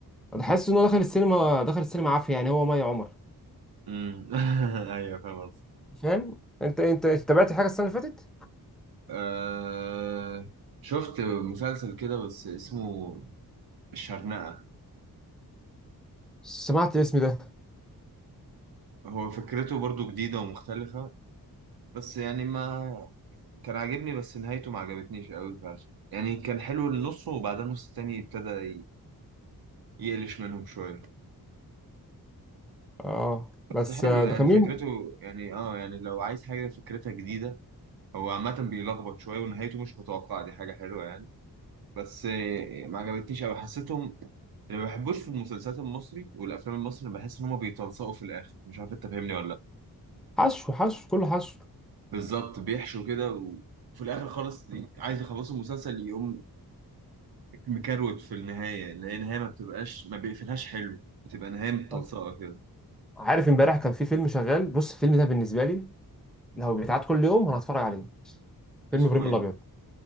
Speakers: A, in the centre; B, on the right.
A: تحس ان هو دخل السينما دخل السينما عافيه يعني هو مي عمر
B: مم. <laughs> أيوه فاهم قصدك
A: فاهم انت انت تابعت حاجه السنه اللي فاتت
B: آه شفت مسلسل كده بس اسمه الشرنقة
A: سمعت الاسم ده
B: هو فكرته برضو جديدة ومختلفة بس يعني ما كان عاجبني بس نهايته ما عجبتنيش قوي فعشان يعني كان حلو النص وبعدين النص التاني ابتدى ي- يقلش منهم شوية
A: اه بس
B: بس حلو
A: آه،
B: يعني
A: ده كان
B: فكرته
A: مين
B: يعني اه يعني لو عايز حاجة فكرتها جديدة هو عامة بيلخبط شوية ونهايته مش متوقعة دي حاجة حلوة يعني بس آه، ما عجبتنيش قوي حسيتهم اللي ما بحبوش في المسلسلات المصري والأفلام المصري بحس إن هما بيتلصقوا في الآخر مش عارف أنت فاهمني ولا لأ
A: حشو حشو كله حشو
B: بالظبط بيحشوا كده و... في الاخر خالص عايز يخلصوا المسلسل يقوم مكروت في النهاية اللي هي نهاية ما بتبقاش ما بيقفلهاش حلو بتبقى نهاية متلصقة
A: آه.
B: كده
A: عارف امبارح كان في فيلم شغال بص الفيلم ده بالنسبه لي لو بيتعاد كل يوم انا هتفرج عليه فيلم
B: اسمه
A: ابراهيم
B: ايه؟
A: الابيض